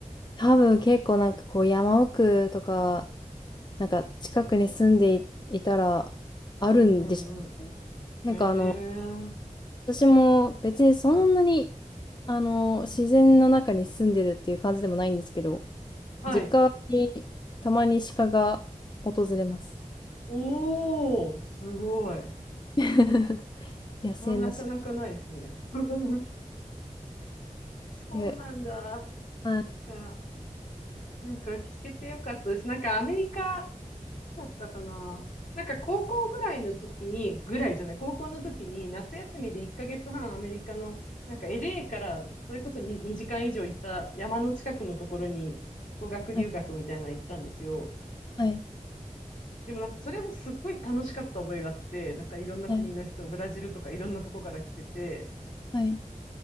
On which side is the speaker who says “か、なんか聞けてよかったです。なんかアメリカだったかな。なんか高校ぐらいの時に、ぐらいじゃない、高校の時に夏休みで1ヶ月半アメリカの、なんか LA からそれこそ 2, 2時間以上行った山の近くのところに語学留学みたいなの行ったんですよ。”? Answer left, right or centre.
Left